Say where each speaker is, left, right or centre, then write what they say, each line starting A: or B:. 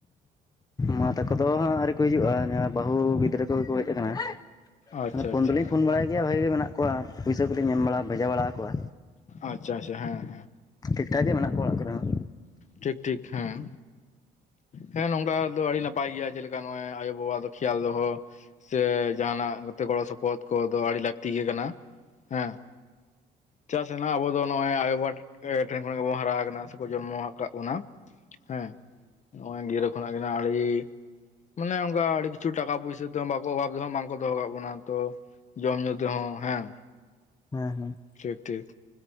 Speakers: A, on the left; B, on the left.
A: ᱢᱟ ᱛᱟᱠᱚ ᱫᱚ ᱦᱟᱸᱜ ᱟᱹᱣᱨᱤ ᱠᱚ ᱦᱤᱡᱩᱜᱼᱟ ᱡᱟᱦᱟᱸ ᱵᱟᱦᱩ ᱜᱤᱫᱽᱨᱟᱹ ᱠᱩ ᱜᱮ ᱠᱚ ᱦᱮᱡ ᱟᱠᱟᱱᱟ
B: ᱟᱪᱪᱷᱟ
A: ᱢᱟᱱᱮ ᱯᱷᱳᱱ
B: ᱟᱪᱪᱷᱟ
A: ᱫᱚᱞᱤᱧ ᱯᱷᱳᱱ ᱵᱟᱲᱟᱭ ᱜᱮᱭᱟ ᱵᱷᱟᱜᱮ ᱢᱮᱱᱟᱜ ᱠᱚᱣᱟ ᱯᱩᱭᱥᱟᱹ ᱠᱚᱞᱤᱧ ᱮᱢ ᱵᱟᱲᱟ ᱵᱷᱮᱡᱟ ᱵᱟᱲᱟ ᱣᱟᱠᱚᱣᱟ᱾
B: ᱟᱪᱪᱷᱟ ᱟᱪᱪᱷᱟ ᱦᱮᱸ ᱦᱮᱸ
A: ᱴᱷᱤᱠ ᱴᱷᱟᱠ ᱜᱮ ᱢᱮᱱᱟᱜ ᱠᱚᱣᱟ ᱚᱲᱟᱜ ᱠᱚᱨᱮ ᱦᱚᱸ
B: ᱴᱷᱤᱠ ᱴᱷᱤᱠ ᱦᱮᱸ ᱦᱮᱸ ᱱᱚᱝᱠᱟ ᱫᱚ ᱟᱰᱤ ᱱᱟᱯ ᱯᱟᱭ ᱜᱮᱭᱟ ᱡᱮᱞᱮᱠᱟ ᱱᱚᱜᱼᱚᱭ ᱟᱭᱳ ᱵᱟᱵᱟ ᱫᱚ ᱠᱷᱮᱭᱟᱞ ᱫᱚᱦᱚ ᱥᱮ ᱡᱟᱦᱟᱱᱟᱜ ᱜᱟᱛᱮ ᱠᱚᱲᱟ ᱥᱚᱯᱚᱦᱚᱫ ᱠᱚ ᱫᱚ ᱟᱰᱤ ᱞᱟᱠᱛᱤ ᱜᱮ ᱠᱟᱱᱟ ᱦᱮᱸ ᱪᱟ ᱥᱮᱱᱟᱜ ᱟᱵᱚ ᱫᱚ ᱱᱚᱜᱼᱚᱭ ᱟᱭᱳᱵᱟᱵᱟ ᱴᱷᱮᱱ ᱠᱷᱚᱱ ᱜᱮᱵᱚᱱ ᱦᱟᱨᱟ ᱟᱠᱟᱱᱟ ᱥᱮᱠᱚ ᱡᱚᱱᱢᱚ ᱟᱠᱟᱫ ᱵᱚᱱᱟ ᱦᱮᱸ ᱱᱚᱜᱼᱚᱭ ᱜᱤᱨᱟᱹ ᱠᱷᱚᱱᱟᱜ ᱜᱮᱱᱟᱜ ᱟᱰᱤ ᱢᱟᱱᱮ ᱚᱱᱠᱟ ᱟᱰᱤ ᱠᱤᱪᱷᱩ ᱴᱟᱠᱟ ᱯᱩᱭᱥᱟ ᱛᱮ ᱵᱟᱠᱚ ᱚᱵᱷᱟᱵ ᱫᱚᱦᱚ ᱵᱟᱝᱠᱚ ᱫᱚᱦᱚ ᱠᱟᱜ ᱵᱚᱱᱟ ᱛᱚ ᱡᱚᱢ ᱧᱩ ᱛᱮᱦᱚᱸ ᱦᱮᱸ
A: ᱦᱮᱸ ᱦᱮᱸ
B: ᱴᱷᱤᱠ ᱴᱷᱤᱠ